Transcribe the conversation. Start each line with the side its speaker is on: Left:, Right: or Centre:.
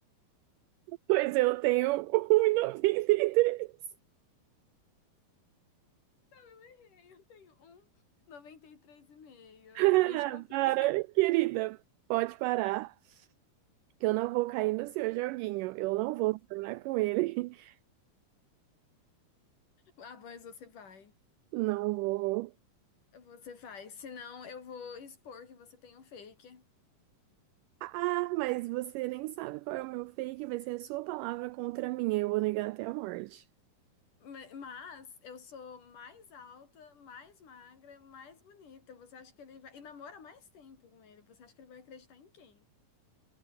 Right: Pois eu tenho um e noventa e três.
Left: Eu errei, eu tenho um 93,5. Eu
Right: <laughs>
Left: acabei de conferir.
Right: Para,
Left: <laughs>
Right: querida, pode parar, que eu não vou cair no seu joguinho. Eu não vou terminar com ele. <laughs>
Left: Ah, mas você vai.
Right: Não vou.
Left: Você vai. Senão eu vou expor que você tem um fake.
Right: Ah, mas você nem sabe qual é o meu fake, vai ser a sua palavra contra a minha. Eu vou negar até a morte.
Left: Ma- Mas eu sou mais alta, mais magra, mais bonita. Você acha que ele vai. E namora mais tempo com ele. Você acha que ele vai acreditar em quem?